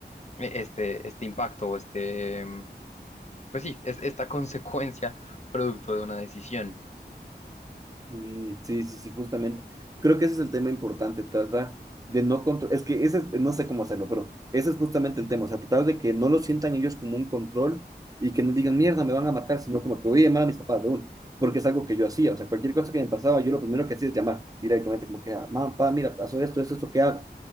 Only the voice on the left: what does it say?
e- este, este impacto o este, pues sí, es esta consecuencia producto de una decisión.